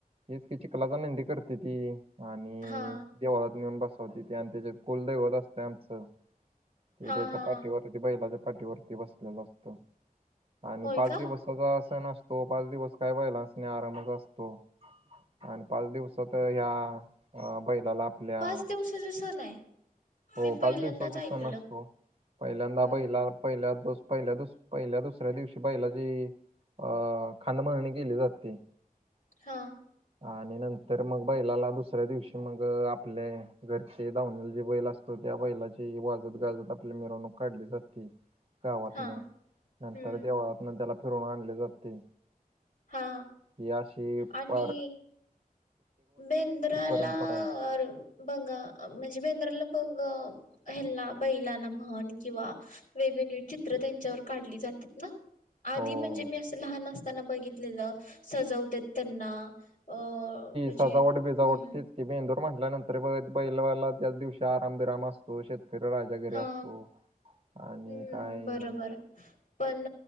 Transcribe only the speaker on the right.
हेच कि चिकलाचा नंदी करते ती आणि
देवालात नेऊन बसवती ते आणि त्या कुलदैवत असते आमचं ते
त्याच्या
पाठीवर
ती बैलाच्या पाठीवरती बसलेल असतो आणि
पाच
दिवस सगळं सण असतो पाच दिवस काय बैलासणी आरामचा असतो. आणि पाच दिवसात ह्या बैलाला. आपल्या
हो
पाच दिवसाचा
सण असतो पहिल्यांदा
बैला पहिल्या दुस, पहिल्यास, पहिल्या दुसऱ्या दिवशी बैलाची. अ खणमरणी केली जाते.
आणि नंतर मग बैलाला दुसऱ्या दिवशी मग आपले घरचे धावने जे बैल असत. तर त्या बैलाची वाजत-गाजत आपली मिरवणूक काढली जाते. गावातनं,
नंतर
देवळातन त्याला फिरवून आणले जाते.
हे अशी
प
परंपरा आहे.
हो.
सजावट-बिजावट
तेच कि बेंदूर म्हटल्यानंतर बघ बैलवाला त्याच दिवशी आराम-विराम असतोे. शेत फिर राजागिरीे
असतो आणि
काय.